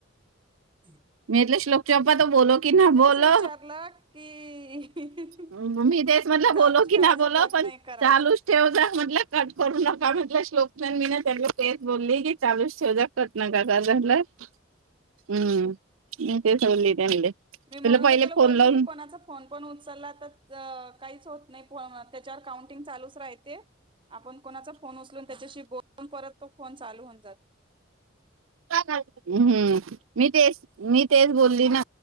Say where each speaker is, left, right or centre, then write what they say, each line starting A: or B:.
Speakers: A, on the right; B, on the right.
A: ह.
B: मीले श्लोक चोप्पा त बोल की ना बोलो
A: विचारलं की
B: मम्मी तेच- <unintelligible> मध
A: चालूच
B: बोलल की
A: ठेवायचा
B: नाही बोल
A: कट
B: पण
A: नाही करायचा.
B: चालूच ठेव जा- म्हट कट करू नका म्हट श्लकन मी ना त्यां फेस बोलली की चावीूस ठेवजाकत नका का झाला हम्म म ते सडली त्यांले तुला
A: मी म्हणून
B: पहिले
A: तर तुला
B: फोन
A: बोलली
B: लावून
A: की कोणाचा फोन पण उचलला तर काहीच होत नाही त्याच्यावर काउंटिंग चालूच राहते आपण कोणाचा फोन उचलून त्याच्याशी बोलून परत तो फोन चालू होऊन जाते
B: ् हम्म मी तेच मी तेच बोलली ना